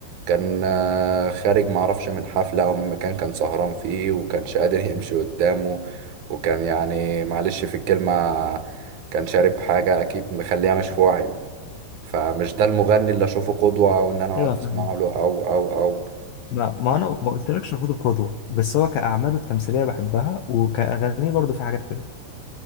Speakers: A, on the right; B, on the left.
A: كان آه، خارج معرفش من حفلة او من مكان كان سهران فيه وكانش قادر يمشي قدامه وكان يعني معلش في الكلمة كان شارب حاجة أكيد مخليها مش في وعيه فمش ده المغني اللي أشوفه قدوة أو إن أنا أقعد
B: ايوه فاهم
A: أسمع له أو أو أو
B: ما ما انا ما قلتلكش خد القدوه بس هو كاعماله التمثيليه بحبها وكاغانيه برضو في حاجات حلوه